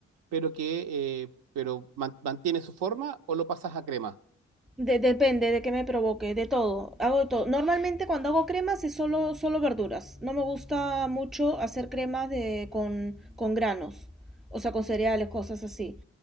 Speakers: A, on the right; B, in the centre.
A: pero que eh, pero man- mantiene su forma o lo pasas a crema.
B: de- depende de qué me provoque, de todo, hago de todo. Normalmente cuando hago cremas es solo, solo verduras. No me gusta mucho hacer cremas de, con, con granos, o sea, con cereales, cosas así.